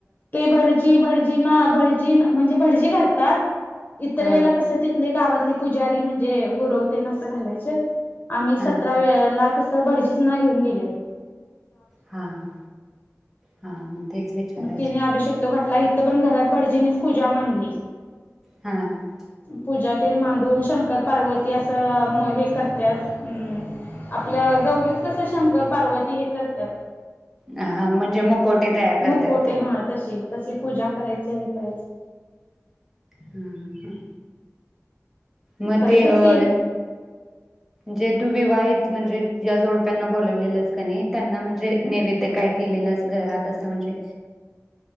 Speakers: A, on the left; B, in the centre.
A: ते भडजी भडजीनां भड चीन म्हणजे भडजी घालतात. इतर
B: हा
A: वेळेला कसं तितले गावात आणि पुजारी म्हणजे गुरवतेन असं घालायच आम्ही
B: हा
A: सतरा वेळाला कस तीत भडजींना घेऊन गेलेले.
B: हा हा हा मग तेच विचाराय
A: मग तिने अभिषक तो घाटला इथं पण घरात भडजीनींच पूजा मांडली.
B: हा
A: पूजा ते मांडून शंकर पार्वती असं म हे करत्यात म आपलं गौरीत कसं शंकर पार्वती हे करत्यात.
B: हा म्हणजे मकोटे तयार करत्यात
A: मुकोटे
B: ते
A: हा तशी तशी पूजा करायचं हे करायचं.
B: हं हं मग
A: खरं
B: ते अ,
A: के
B: जे तु विवाहित म्हणजे ज्या जोडप्यांना बोलावलेलंस का नही त्यांना म्हणजे नैवेद्य काय केलेलास घरात असं म्हणजे